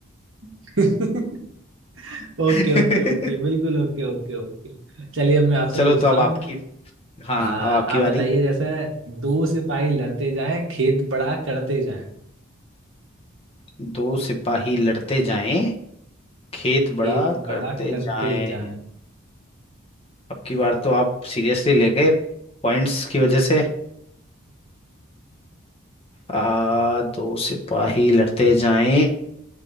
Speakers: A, on the right; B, on the left.
A: <laughs> ओके
B: <laughs>
A: ओके ओके बिल्कुल ओके ओके ओके चलिए अब मैं आपसे
B: चलो
A: पूछता
B: तो अब
A: हूँ
B: आपकी हाँ
A: आ, आप
B: अब आपकी बारी
A: बताइए जैसे दो सिपाही लड़ते जाएं खेत बड़ा करते जाएं
B: दो सिपाही लड़ते जाएं खेत
A: खेत
B: बड़ा
A: बड़ा
B: करते
A: करते
B: जाएं
A: जाएं
B: अब की बार तो आप सीरियसली ले गए पॉइंट्स की वजह से आ, दो सिपाही लड़ते जाएं